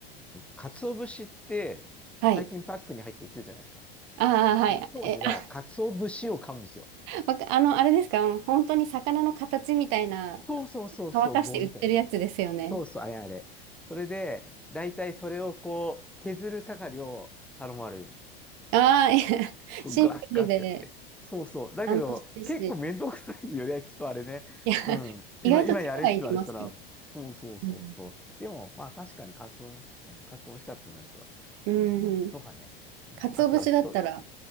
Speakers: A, in the centre; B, on the right.
A: 鰹節って最近パックに入って売ってるじゃないですか。
B: はい。ああ、はい。
A: でも当時は、
B: え、あ、
A: 鰹節を買うんですよ。
B: わかあの、あれですか本当に魚の形みたいな、
A: そうそうそうそう、
B: 乾かして売ってるやつですよね。
A: 棒みたいなやつ。そうそう、あれあれ。それで、大体それをこう、削る係を頼まれる。
B: ああ、いや <laughs>
A: ガッガッってやって。
B: シンプルで
A: そうそう。だけど、
B: 楽しいし。
A: 結構めんどくさいよね、きっとあれね。
B: いや、
A: うん。今、
B: 意外と力いりますよ。
A: 今やれって言われたら、そうそうそうそう。
B: うん。
A: でも、まあ確かに鰹節、うん鰹美味しかったと思いますよ。
B: うん
A: うん。とかね。うん、
B: 鰹節だったら、
A: あとは人、